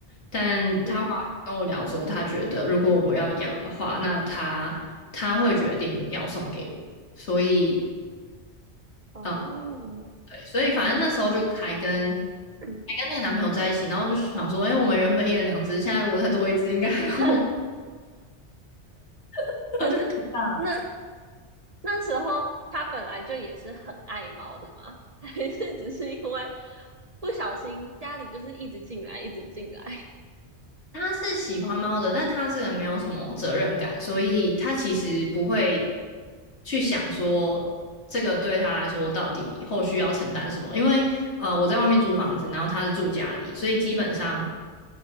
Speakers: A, on the left (about 75°); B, on the right (about 40°).
A: 但他后来跟我聊之后，
B: 嗯，
A: 他觉得如果我要养的话，那他他会决定要送给我，所以。
B: 哦，
A: 呃对，所以反正那时候就还跟
B: 嗯，
A: 还跟那个男朋友在一起，然后就是想说，哎、我们原本一人两只，现在如果再多一只，应该还好。
B: <laughs>
A: <laughs> 然后就那
B: 可是那那时候他本来就也是很爱猫的嘛，<laughs> 还是只是因为不小心家里就是一直进来，一直进来，
A: 他是喜欢猫的，但他这个人没有什么责任感，所以他其实不会去想说这个对他来说到底后续要承担什么。因为呃，我在外面租房子，然后他是住家里，所以基本上